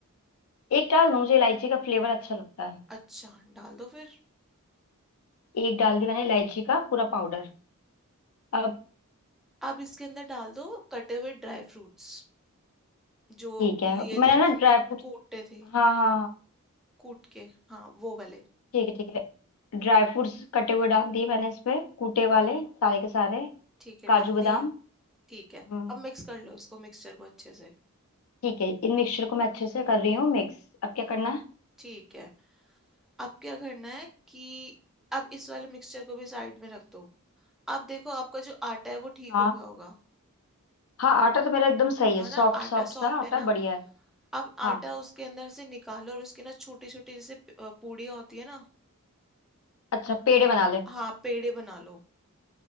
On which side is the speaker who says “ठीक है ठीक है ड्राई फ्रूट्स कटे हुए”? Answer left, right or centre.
Left